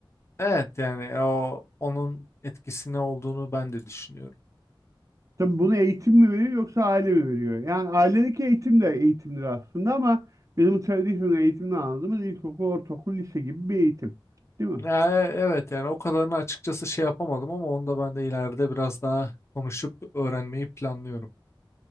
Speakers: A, on the left (about 30°); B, on the right (about 40°).
A: Evet yani o onun etkisine olduğunu ben de düşünüyorum.
B: Tabii bunu eğitim mi veriyor yoksa aile mi veriyor? Yani ailedeki eğitim de eğitimdir aslında ama bizim tradisyonel eğitimden anladığımız ilkokul, ortaokul, lise gibi bir eğitim. Değil mi?
A: Ya, e- evet yani o kadarını açıkçası şey yapamadım ama onu da ben de ileride biraz daha konuşup öğrenmeyi planlıyorum.